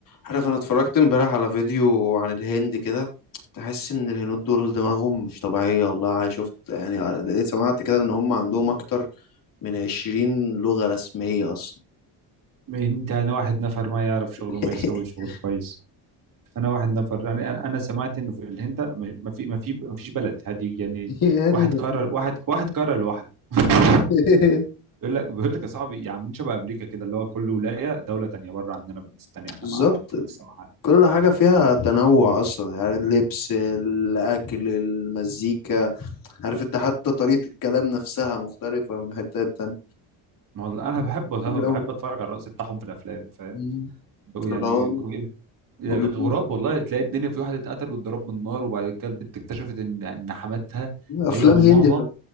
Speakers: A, on the left (about 50°); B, on the right (about 50°).
A: عارف انا اتفرجت امبارح على فيديو عن الهند كده تحس ان الهنود دول دماغهم مش طبيعية والله أنا شفت يعني لقيت سمعت كده ان هم عندهم اكتر من عشرين لغة رسمية اصلا
B: انت انا واحد نفر ما يعرف شغله
A: <laughs>
B: ما يسوي شغل كويس انا واحد نفر انا انا سمعت انه في الهند ما ما في ما في ما فيش بلد هذه يعني
A: هادي
B: واحد
A: ما
B: قرر
A: فيها
B: واحد واحد قرر لوحده <laughs>
A: <laughs>
B: بيقول لك بيقول لك يا صاحبي يا عم شبه امريكا كده اللي هو كل ولايه دوله تانيه بره عننا بالناس تانيه احنا
A: بالظبط
B: ما لسه ما حد
A: كل حاجة فيها تنوع اصلا يعني اللبس الاكل المزيكا عارف انت حتى طريقة الكلام نفسها مختلفة من حتة تانية
B: ما هو انا بحب والله
A: كتير
B: بحب
A: أوي
B: اتفرج على الرقص بتاعهم في الافلام فاهم
A: مم.
B: بقوا
A: فاللي
B: يعني
A: هو
B: كو- يعني
A: بوليوود
B: غراب والله تلاقي الدنيا في واحد اتقتل واتضرب بالنار وبعد كده البت اكتشفت ان إن حماتها هي
A: افلام
B: امها
A: هندي